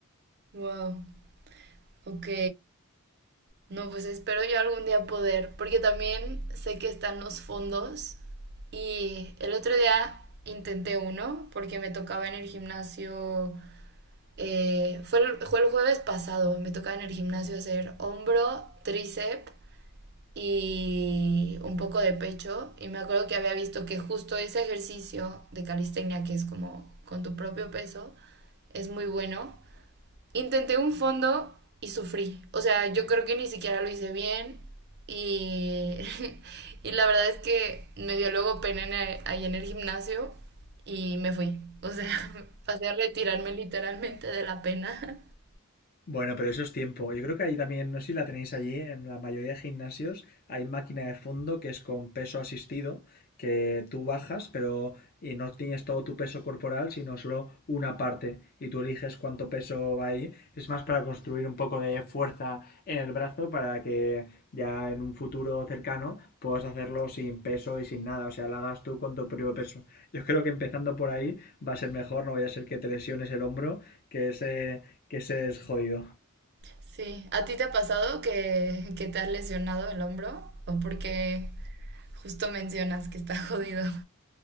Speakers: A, on the right (about 50°); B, on the left (about 40°).
A: Wow, ok. No, pues espero yo algún día poder, porque también sé que están los fondos y el otro día intenté uno porque me tocaba en el gimnasio Eh, fue, el, fue el jueves pasado, me tocaba en el gimnasio hacer hombro, tríceps y un poco de pecho. Y me acuerdo que había visto que justo ese ejercicio de calistenia, que es como con tu propio peso, es muy bueno Intenté un fondo y sufrí. O sea, yo creo que ni siquiera lo hice bien y, <laughs> y la verdad es que me dio luego pena en el- ahí en el gimnasio y me fui. O sea, <laughs> pasé a retirarme literalmente de la pena. <laughs>
B: Bueno, pero eso es tiempo. Yo creo que ahí también, no sé si la tenéis allí, en la mayoría de gimnasios hay máquina de fondo que es con peso asistido, que tú bajas, pero y no tienes todo tu peso corporal, sino solo una parte, y tú eliges cuánto peso va ahí. Es más para construir un poco de fuerza en el brazo para que ya en un futuro cercano puedas hacerlo sin peso y sin nada, o sea, lo hagas tú con tu propio peso. Yo creo que empezando por ahí va a ser mejor, no vaya a ser que te lesiones el hombro, que es eh, que ese es jodido.
A: Sí, ¿a ti te ha pasado que, que te has lesionado el hombro? ¿O porque justo mencionas que está <laughs> jodido?